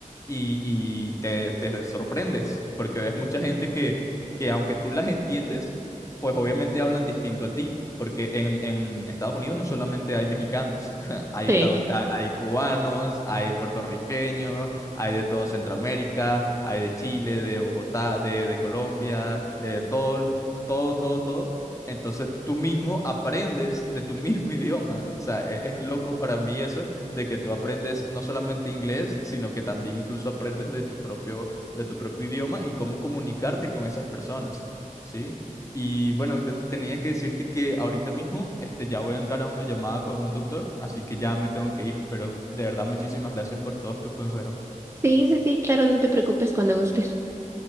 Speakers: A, on the left; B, on the right.
A: y, y te, te sorprendes, porque ves mucha gente que, que aunque tú las entiendes, pues obviamente hablan distinto a ti. Porque en, en Estados Unidos no solamente hay mexicanos, <laughs> hay,
B: sí.
A: estadoun-
B: <laughs>
A: hay hay cubanos, hay puertorriqueños, hay de todo Centroamérica, hay de Chile, de Bogotá, de, de Colombia, de todo, el- todo, todo, todo. Entonces tú mismo aprendes de tu mismo <laughs> idioma. O sea, e- es, loco para mí eso de que tú aprendes no solamente inglés, sino que también incluso aprendes de tu propio, de tu propio idioma y cómo comunicarte con esas personas, ¿sí? Y bueno, te- tenía que decirte que ahorita mismo este, ya voy a entrar a una llamada con un doctor, así que ya me tengo que ir, pero de verdad muchísimas gracias por todos tus consejos.
B: Sí, sí, sí, claro, no te preocupes cuando gustes.